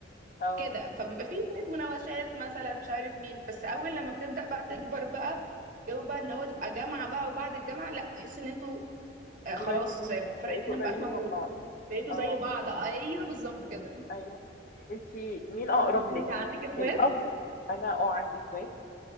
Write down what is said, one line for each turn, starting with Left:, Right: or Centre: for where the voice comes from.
Left: اه
Right: كده فبيبقى فيه شوية
Left: مم.
Right: مناوشات مثلا مش عارف مين بس اول لما بتبدأ بقى تكبر بقى جو بقى ان هو تبقى جامعة بقى وبعد الجامعة لا تحس ان انتوا آه،
Left: قريبين
Right: خلاص آه، فرق
Left: بقيتوا
Right: السن
Left: قريبين
Right: مبقاش موجود
Left: من بعض
Right: بقيتوا
Left: اه
Right: زي بعض ايوه بالظبط كده
Left: ايوه انت مين اقرب
Right: قولي لي
Left: لك؟
Right: انت عندك اخوات
Left: الاب انا اه عندي اخوات